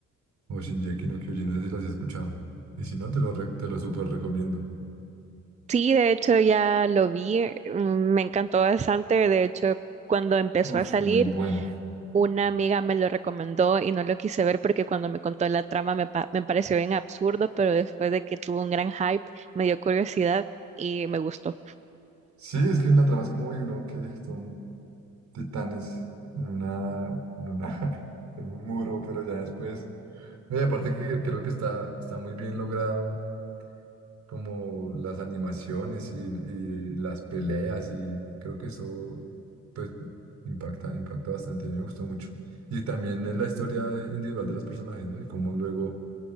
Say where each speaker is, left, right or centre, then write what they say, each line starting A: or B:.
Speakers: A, on the right; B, on the right.
A: o Shingeki no Kyojin. No sé si los has escuchado. Y si no, te lo, re- te lo súper recomiendo.
B: Sí, de hecho ya lo vi, mm, me encantó bastante, de hecho cuando empezó
A: Uf,
B: a salir
A: muy bueno.
B: Una amiga me lo recomendó y no lo quise ver porque cuando me contó la trama me, pa- me pareció bien absurdo, pero después de que tuvo un gran hype me dio curiosidad y me gustó.
A: Sí, es que en la trama es como, uy, uno que son titanes en una, en una, <laughs> en un muro, pero ya después. No, Y aparte que creo que está, está muy bien logrado como las animaciones y, y las peleas y creo que eso pues impacta, impacta bastante, me gustó mucho. Y también es la historia individual de los personajes, ¿no? Y cómo luego